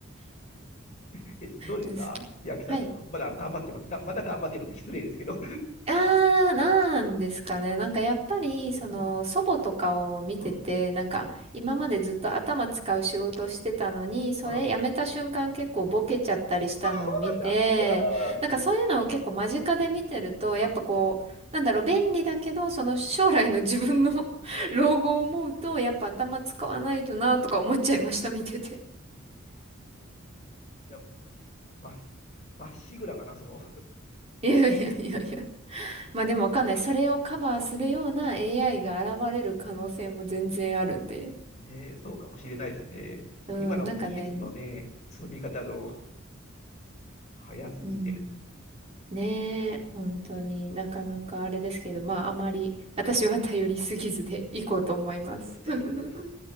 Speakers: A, on the left; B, on the right.
A: <laughs> どうですか千秋さんの方は。
B: です。はい。
A: まだ頑張ってまだ、まだ頑張ってます。失礼ですけど。
B: ああ、なんですかね。なんかやっぱり、その、
A: <laughs> うん。
B: 祖母とかを見てて、
A: うん。
B: なんか今までずっと頭使う仕事をしてたのに、
A: あ、
B: それ辞めた瞬間結構ボケちゃったりしたのを見て、
A: うん、あそうなんだ。あ
B: なんかそういうのを結構間近で見てると、やっぱこう、なんだろう、便利だけど、その将来の自分の <laughs> 老後を思うと、やっぱ頭使わないとなとか思っちゃいました、見てて。
A: じゃあ僕、まっ、まっしぐらかな。その、
B: いやいやいやいや。まあでもわかんない。それをカバーするような AI が現れる可能性も全然あるんで。
A: ね、そうかもしれないですね。
B: うん、
A: もう今の技術のね、
B: なんかね、
A: 積み方の早すぎて。
B: うん、ねえ、
A: うん
B: 本当になかなかあれですけど、まああまり私は頼りすぎずでいこうと思います。
A: うん、なるほど。
B: <laughs>